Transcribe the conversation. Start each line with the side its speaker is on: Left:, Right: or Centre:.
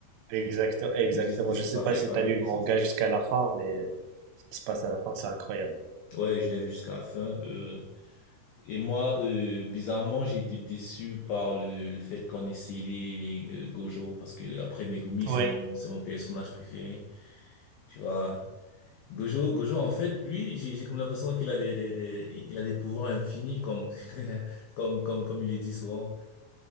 Right: Exactement, exactement.
Left: Il veut juste laisser
Right: Je sais
Left: parler,
Right: pas si
Left: parler
Right: t'as lu
Left: sa puissance.
Right: le manga jusqu'à la fin, mais euh, ce qui se passe à la fin, c'est incroyable.
Left: Ouais, je l'ai vu jusqu'à la fin. euh. Et moi, euh, bizarrement, j'ai été déçu par le, le fait qu'on ait scellé euh, Gojo parce que après Megumi,
Right: Oui,
Left: c'est mon, c'est mon personnage préféré, tu vois. Gojo, Gojo, en fait, lui, j'ai j'ai comme l'impression qu'il a des, des, des- il a des pouvoirs infinis, comme, <laughs> comme, comme, comme il est dit souvent.